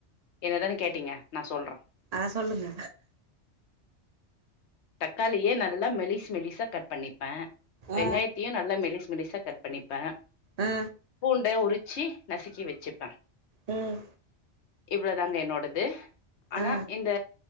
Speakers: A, on the left (about 70°); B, on the right (about 55°).
A: என்னதான கேட்டீங்க நா சொல்றே
B: அ சொல்லுங்க
A: தக்காளிய நல்லா மெலிஸ் மெலிஸா கட் பண்ணிப்பே வெங்காயத்தயு
B: ஆ
A: நல்லா மெலிஸ் மெலிஸா கட் பண்ணிப்பே
B: ஆ
A: பூண்ட உரிச்சு நசுக்கி வச்சுப்பே
B: ம்
A: இவ்ளோதாங்க என்னோடது ஆனா
B: ஆ
A: இந்த